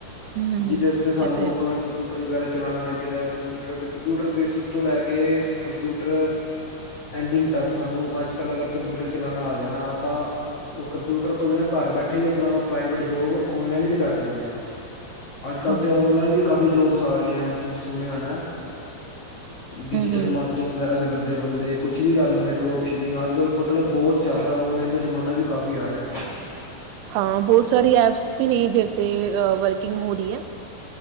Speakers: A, on the right (about 85°); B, on the left (about 75°).
A: ਹਮ
B: ਜਿਦੇ
A: ਹਮ
B: ਅਸਤੇ ਸਾਨੂੰ
A: ਇਹ ਤੇ ਹੈ
B: ਆਪਣਾ ਕਪ ਕੰਪਿਊਟਰ ਵਗੈਰਾ ਚਲਾਣਾ ਆਣਾ ਚਾਈਦਾ ਕੰਪਿਊਟਰ, ਕੰਪਿਊਟਰ ਬੇਸਿਕ ਤੋਂ ਲੈ ਕੇ ਕੰਪਿਊਟਰ ਐਂਡਿੰਗ ਤੱਕ ਸਾਨੂੰ ਅੱਜ ਕੱਲ੍ਹ ਅਗਰ ਕੰਪਿਊਟਰ ਚਲਾਣਾ ਆ ਗਿਆ ਨਾ ਆਪਾਂ ਔ ਕੰਪਿਊਟਰ ਤੋਂ ਬਿਨਾਂ ਘਰ ਬੈਠੇ ਵੀ ਆਪਣਾ ਪ੍ਰਾਈਵੇਟ ਜੋਬ ਔਨਲੈਨ ਵੀ ਕਰ ਸਕਦੇ ਆਂ। ਅੱਜ ਕੱਲ੍ਹ
A: ਹਾਂ ਹਮ
B: ਤੇ ਔਨਲਾਈਨ ਵੀ ਕਾਫ਼ੀ ਜੋਬਸ ਆ ਰਹੀਆਂ ਤੁਸੀਂ ਸੁਣਿਆ ਹੋਣਾ? ਡਿਜੀਟਲ
A: ਹਮ
B: ਮਾਰਕੀਟਿੰਗ ਵਗੈਰਾ ਵੀ ਕਰਦੇ ਆ ਬੰਦੇ ਕੁਛ ਵੀ ਕਰ ਲੈਂਦੇ ਡਰੋਪ ਸ਼ਿਪਿੰਗ ਅੱਜ ਕੱਲ੍ਹ ਮਤਲਬ ਬਹੁਤ ਚੱਲ ਰਿਹਾ ਔਨਲਾਈਨ ਦਾ ਜ਼ਮਾਨਾ ਵੀ ਕਾਫ਼ੀ ਆ ਰਿਹਾ।
A: ਹਾਂ ਬਹੁਤ ਸਾਰੀ ਐਪਸ ਵੀ ਨੇ ਜਿਤੇ ਵਰਕਿੰਗ ਹੋ ਰਹੀ ਹੈ।